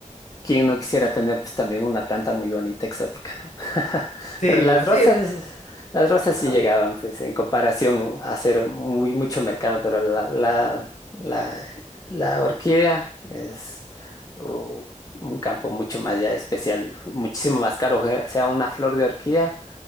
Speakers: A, on the left (about 25°); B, on the left (about 65°).
A: ¿Quién no quisiera tener pues también una planta muy bonita, exótica, ¿no? <laughs>
B: Sí,
A: Pero las rosas,
B: sí.
A: las rosas sí
B: ah,
A: llegaban, pues en comparación a hacer muy mucho mercado, pero la, la, la, la orquídea es uh, un campo mucho más ya especial, muchísimo más caro. O sea, una flor de orquídea